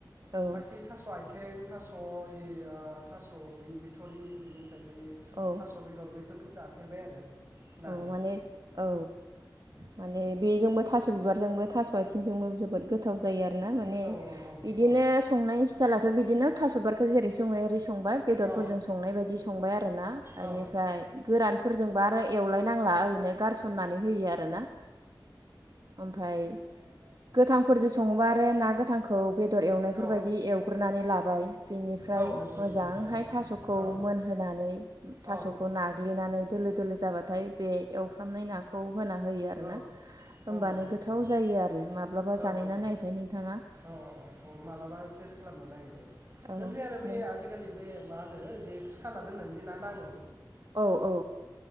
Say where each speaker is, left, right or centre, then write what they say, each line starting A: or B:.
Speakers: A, on the right (about 60°); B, on the right (about 35°).
A: औ
B: बाखि थास आथिें थास अ यि आ थास बे बिथ'रि बिनि फ्राय बे
A: औ
B: थास बेदर बेफोरखौ जाफेरबाय आरो नाजों
A: औ माने औ माने बेजोंबो थास बिबारजोंबो थास आथिंजोंबो जोबोद गोथाव जायो आरो आरोना माने
B: औ औ
A: बिदिनो
B: औ
A: संनाय स्टाइलाथ बिदिनो थासबारखो जेरै संङो एरै संबाय बेदरफोरजों
B: औ
A: संनाय बायदि संबाय आरोना बेनिफ्राय
B: औ
A: गोरानफोरजोंबो आरो एवलायनांला ओरैनो गारसननानै होयो आरोना ओमफाय गोथांफोरजों सङोबा आरो ना गोथांखौ बेदर एवनायफोरबायायदि
B: औ
A: एवग्रोनानै ला बाय बिनिफ्राय
B: औ नंगौ
A: मोजांहाय
B: नंगौ औ
A: थास'खौ
B: औ
A: मोनहोनानै थास'खौ
B: औ
A: नाग्लिनानै दोलो-दोलो जाबा नाथाय बे एवफ्रामनाय नाखौ होयो आरोना
B: औ
A: होमबानो
B: औ औ नंगौ-नंगौ
A: गोथाव जायो आरो माब्लाबा
B: औ औ
A: जानायना
B: औ
A: नायसाय नोंथाङा
B: औ औ औ मालाबा टेस्ट खालामना नायगोन दे
A: औ
B: ओमफ्राय आरो बै
A: नों
B: आजिखालि बे मा नो जे साना दोननानै जेना नाङो
A: औ औ